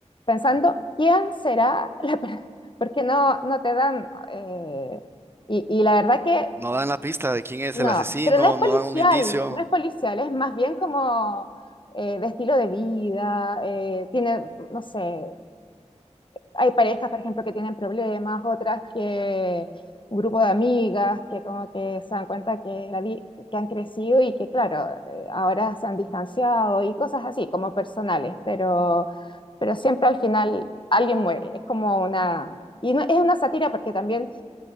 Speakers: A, on the left; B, on the right.
A: pensando quién será la per- <laughs> porque no, no te dan. eh, y, y la verdad que
B: no dan la pista de quién es
A: no,
B: el asesino,
A: pero no es policial,
B: no dan un indicio.
A: no es policial, es más bien como eh, de estilo de vida, eh, tiene, no sé, hay parejas, por ejemplo, que tienen problemas, otras que un grupo de amigas que como que se dan cuenta que, la vi- que han crecido y que, claro, eh, ahora se han distanciado y cosas así, como personales, pero, pero siempre al final alguien muere. Es como una... Y no, es una sátira porque también